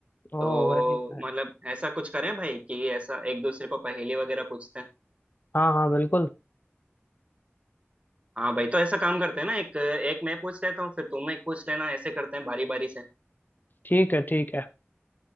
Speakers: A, on the right (about 30°); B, on the left (about 45°).
A: तो
B: Oh very nice
A: मतलब ऐसा कुछ करें भाई कि ऐसा एक दूसरे को पहेली वगैरह पूछते हैं
B: हाँ हाँ बिल्कुल
A: हाँ भाई तो ऐसा काम करते हैं ना एक एक मैं पूछ लेता हूँ फिर तुम एक पूछ लेना ऐसे करते हैं बारी बारी से
B: ठीक है ठीक है